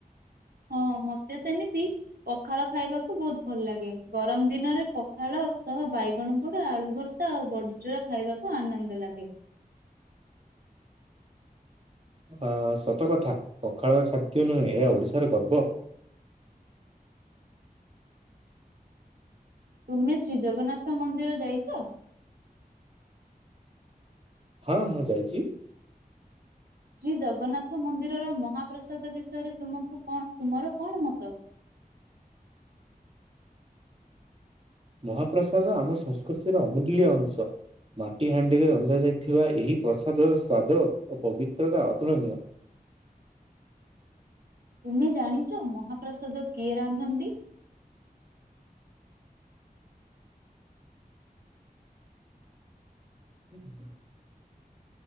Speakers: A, on the right; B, on the right.
A: ହଁ ମୋତେ ସେମିତି ପଖାଳ ଖାଇବାକୁ ବହୁତ ଭଲ ଲାଗେ। ଗରମ ଦିନରେ ପଖାଳ ସହ ବାଇଗଣ ପୋଡା, ଆଳୁ ଭର୍ ତା ଆଉ ବଡିଚୁରା ଖାଇବାକୁ ଆନନ୍ଦ ଲାଗେ।
B: ଅ, ସତ କଥା ପଖାଳର ଖାଦ୍ୟ ନୁହେଁ ଏହା ଓଡିଶାର ଗର୍ବ।
A: ତୁମେ ଶ୍ରୀ ଜଗନ୍ନାଥ ମନ୍ଦିର ଯାଇଚ?
B: ହଁ ମୁଁ ଯାଇଛି।
A: ଶ୍ରୀ ଜଗନ୍ନାଥ ମନ୍ଦିରର ମହାପ୍ରସାଦ ବିଷୟରେ ତୁମକୁ କଣ, ତୁମର କଣ ମତ?
B: ମହାପ୍ରସାଦ ଆମ ସଂସ୍କୃତିର ଅମୂଲ୍ୟ ଅଂଶ। ମାଟି ହାଣ୍ଡିରେ ରନ୍ଧାଯାଇଥିବା ଏହି ପ୍ରସାଦର ସ୍ୱାଦ ଓ ପବିତ୍ରତା ଅତୁଳନୀୟ।
A: ତୁମେ ଜାଣିଚ ମହାପ୍ରସାଦ କିଏ ରାନ୍ଧନ୍ତି?
B: <inaudible> <unintelligible>